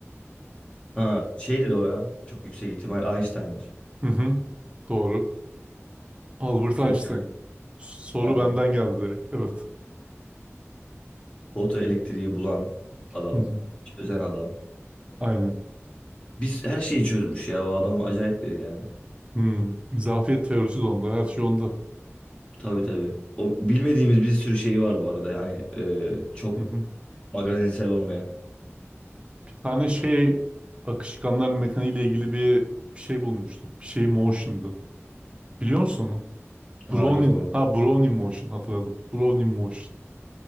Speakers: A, on the left; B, on the right.
A: Ha, şeydir o ya. Çok yüksek ihtimal Einstein'dır.
B: Hı hı, doğru. Albert
A: Foto,
B: Einstein. Soru
A: aynen.
B: benden geldi direkt. Evet.
A: Foto elektriği bulan adam.
B: Hı hı.
A: Çözen adam.
B: Aynen.
A: Biz her şeyi çözmüş ya. O adam acayip biri yani.
B: Hmm. İzafiyet teorisi de onda. Her şey onda.
A: Tabii tabii. O bilmediğimiz bir sürü şey var bu arada. Yani e, çok
B: Hı hı.
A: Magazinsel olmayan.
B: Bir tane şey akışkanlar mekaniği ile ilgili bir, bir şey bulmuştu. Bir şey motion'dı. Biliyor musun onu?
A: Ha
B: Brownian.
A: yok onu.
B: Ha Brownian motion hatırladım. Brownian motion.